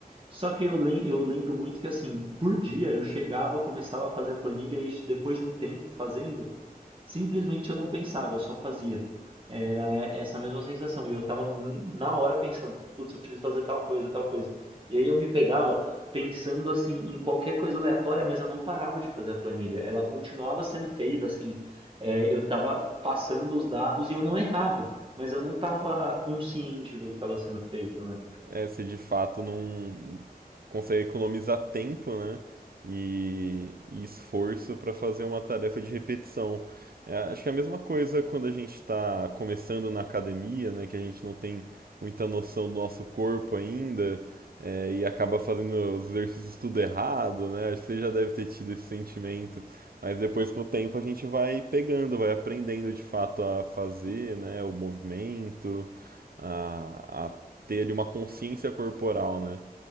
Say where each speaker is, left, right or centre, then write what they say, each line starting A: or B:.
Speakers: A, on the right (about 35°); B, on the right (about 70°).
A: Só que eu, lem- eu lembro muito que assim, por dia eu chegava, começava a fazer a planilha e depois de um tempo fazendo, Simplesmente eu não pensava, eu só fazia. Era essa mesma sensação. E eu tava n- na hora pensando, putz, eu preciso fazer tal coisa, tal coisa. E aí eu me pegava pensando assim em qualquer coisa aleatória, mas eu não parava de fazer a planilha. Ela continuava sendo feita, assim. É, eu tava passando os dados e eu não errava, mas eu não tava consciente do que estava sendo feito, né?
B: é, se de fato não consegue economizar tempo, né? E, e esforço para fazer uma tarefa de repetição. É, acho que é a mesma coisa quando a gente está começando na academia, né? Que a gente não tem muita noção do nosso corpo ainda é, e acaba fazendo os exercícios tudo errado, né? Acho que Você já deve ter tido esse sentimento, mas depois com o tempo a gente vai pegando, vai aprendendo de fato a fazer, né? O movimento, a, a ter ali uma consciência corporal, né?